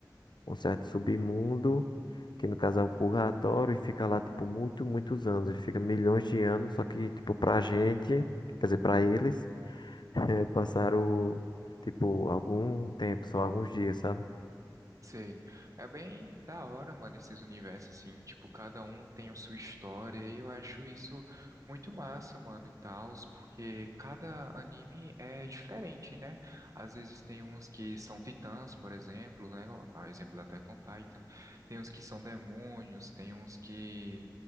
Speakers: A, on the left; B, on the right.
A: um certo submundo, que no caso é o purgatório, e fica lá, tipo, muito, muitos anos. Ele fica milhões de anos, só que, tipo, pra gente, quer dizer, pra eles, <laughs> eh, passaram, tipo, algum tempo, só alguns dias, sabe?
B: Sei. É bem da hora, mano, esses universos, assim. Tipo, cada um tem a sua história e eu acho isso muito massa, mano, e tal, porque cada anime é diferente, né? Às vezes tem uns que são titãs, por exemplo, né? A exemplo da Attack on Titan. Tem uns que são demônios, tem uns que